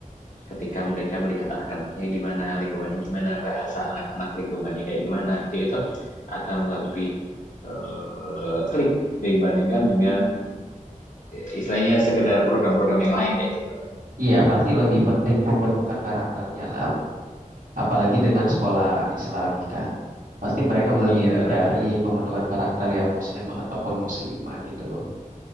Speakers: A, on the left (about 65°); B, on the right (about 80°).
A: ketika mereka melihat anak-anaknya gimana, lingkungannya gimana, bahasa anak-anak lingkungannya kayak gimana, dia itu akan lebih eh, klik dibandingkan dengan eh, istilahnya sekedar program-program yang lain kayak gitu.
B: Iya pasti lebih penting pembentukan karakternya lah. Apalagi dengan sekolah Islami kan. Pasti mereka
A: Iya.
B: lebih mencari pembentukan karakter yang muslim ataupun muslimah gitu.